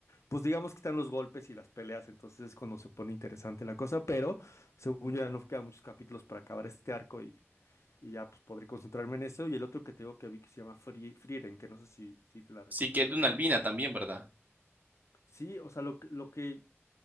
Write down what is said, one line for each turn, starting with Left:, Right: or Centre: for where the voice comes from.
Left: pues digamos que están los golpes y las peleas, entonces es cuando se pone interesante la cosa, pero según yo ya no quedan muchos capítulos para acabar este arco y, y ya pues podré concentrarme en eso. Y el otro que te digo que vi que se llama Frie- Frieren, que no sé si, si te la recomendaron
Right: sí que es de una
Left: o no.
Right: albina también, ¿verdad?
Left: Sí, o sea, lo, que- lo que